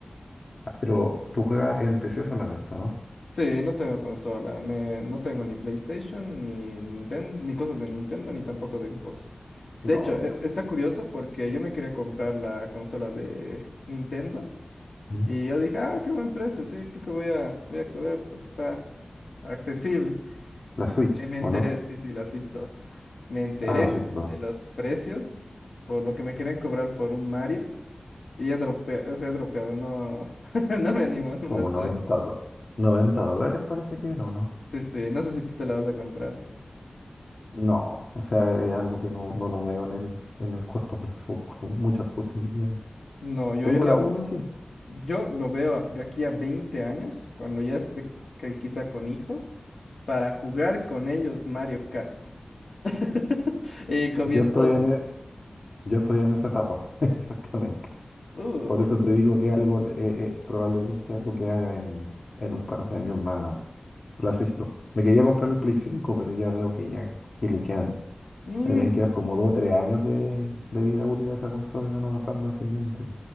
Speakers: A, on the left (about 55°); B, on the left (about 80°).
A: Ah, Pero tú juegas en PC solamente, ¿o ¿no?
B: Sí, no tengo consola, me, no tengo ni PlayStation, ni Nintendo, ni cosas de Nintendo, ni tampoco de Xbox. De
A: No,
B: hecho,
A: yo.
B: e- está curioso porque yo me quería comprar la consola de Nintendo.
A: ¿Mm?
B: Y yo dije, ah, qué buen precio, sí, creo que voy a, voy a acceder porque está accesible.
A: La Switch,
B: Eh, me enteré,
A: ¿o no?
B: sí, sí, la Switch dos Me enteré
A: Ah, la Switch no.
B: de los precios por lo que me querían cobrar por un Mario y he dropeado, o sea, he dropeado, no, <laughs> no me animo, no,
A: Como
B: no estoy.
A: noventa do- 90 dólares parece que era, ¿o no?
B: Sí, sí, no sé si tú te la vas a comprar.
A: No, o sea, es algo que no, no lo veo en el, en el corto <laughs> plazo, con muchas posibilidades.
B: No, yo,
A: Tengo
B: yo, la,
A: la uno sí.
B: yo lo veo a- de aquí a 20 años, cuando ya esté que quizá con hijos, para jugar con ellos Mario Kart. <laughs> Y con
A: Yo
B: mi esposa,
A: estoy en, e- yo estoy en esa etapa, <laughs> exactamente.
B: ¿no?
A: Por eso te digo que algo, eh, eh, probablemente algo que haga en, en un par de años más la Switch 2. Me quería comprar el Play 5, pero ya veo que ya que le quedan,
B: Mm,
A: le deben quedar como 2 o 3 años de, de vida útil a esa consola y van a pasar a la siguiente.